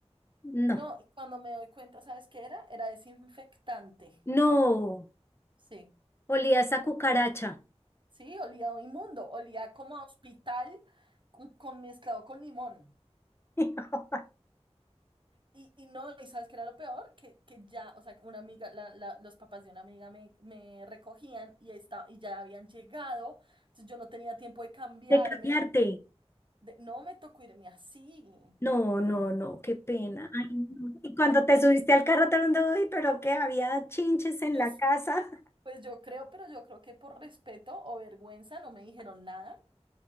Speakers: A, on the left (about 20°); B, on the right (about 45°).
A: No.
B: No, y cuando me doy cuenta, ¿sabes qué era? Era desinfectante.
A: No,
B: Sí.
A: olía esa cucaracha.
B: Sí, olía inmundo, olía como a hospital con, con mezclado con limón.
A: <laughs>
B: Y, y no, ¿y sabes qué era lo peor? Que, que ya, o sea, una amiga, la- la- los papás de una amiga me, me recogían y, esta- y ya habían llegado, entonces yo no tenía tiempo de cambiarme.
A: De cambiarte.
B: de- no me tocó irme así.
A: No, no, no, qué pena. Ay, no. Y cuando te subiste al carro te lo ando hoy, pero que había chinches en
B: Pues,
A: la casa
B: pues yo creo, pero yo creo que por respeto o vergüenza no me dijeron nada.